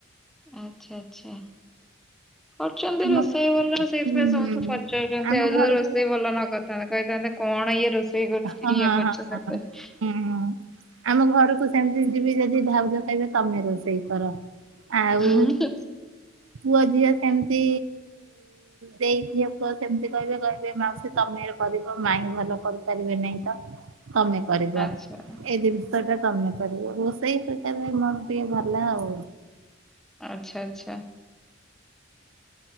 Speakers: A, in the centre; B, on the right.
A: ଆଚ୍ଛା- ଆଚ୍ଛା। କରୁଚନ୍ତି
B: ଆମ
A: ରୋଷେଇ ଭଲ ସେଇଥିପାଇଁ
B: ହୁଁ
A: ସମସ୍ତେ ପଚାରୁଚନ୍ତି
B: ଆମ
A: ଆଉ
B: ଘରକୁ
A: ଯଉ ରୋଷେଇ ଭଲ ନ କରିଥାନ୍ତେ କହିଥାନ୍ତେ କଣ ଇଏ ରୋଷେଇ କରୁଚି
B: ହଁ
A: ଇଏ
B: ହଁ
A: କରୁଚ
B: ହଁ
A: <unintelligible>
B: ହୁଁ ଆମ ଘରକୁ ସେମିତି ଯିବି ଯଦି ଭାଉଜ କହିବେ ତମେ ରୋଷେଇ କର। ଆଉ
A: କରୁଛୁ
B: ପୁଅ ଝିଅ ସେମିତି ଦେଇ ଝିଅ ପୁଅ ସେମିତି କହିବେ -କହିବେ ମାଉସୀ ତମେ କରିବ ମାଇଁ ଭଲ କରିପାରିବେ ନାଇଁ ତ ତମେ କରିବ
A: ଆଚ୍ଛା
B: ଏ <unintelligible> <unintelligible> କରିବ ରୋଷେଇ ପ୍ରକାର ମୋର ଟିକେ ଭଲ ଆଉ।
A: ଆଛା ଆଚ୍ଛା।